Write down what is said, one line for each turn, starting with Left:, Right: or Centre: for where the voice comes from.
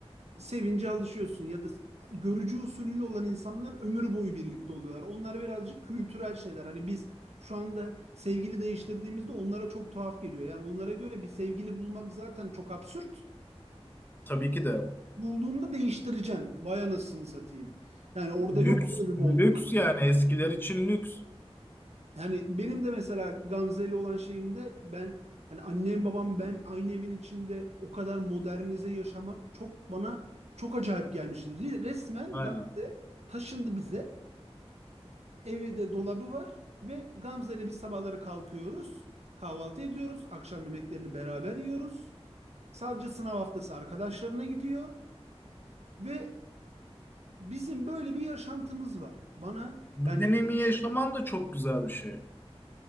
Right: sevince alışıyorsun ya da görücü usulüyle olan insanlar ömür boyu birlikte oluyorlar. Onlar birazcık kültürel şeyler. Hani biz şu anda sevgili değiştirdiğimizde onlara çok tuhaf geliyor. Yani onlara göre bir sevgili bulmak zaten çok absürt.
Left: Tabii ki de.
Right: Bulduğunda değiştireceksin. Vay anasını satayım. Yani orada
Left: Lüks,
Right: yok öyle bir
Left: lüks
Right: bolluk.
Left: yani eskiler için lüks.
Right: Yani benim de mesela Gamze ile olan şeyimde ben hani annem babam ben aynı evin içinde o kadar modernize yaşamak çok bana çok acayip gelmişti. Resmen
Left: Aynen.
Right: Gamze taşındı bize. Evde dolabı var ve Gamze ile biz sabahları kalkıyoruz. Kahvaltı ediyoruz. Akşam yemeklerini beraber yiyoruz. Sadece sınav haftası arkadaşlarına gidiyor ve bizim böyle bir yaşantımız var. Bana
Left: Bu
Right: yani
Left: deneyimi yaşaman da çok güzel bir şey.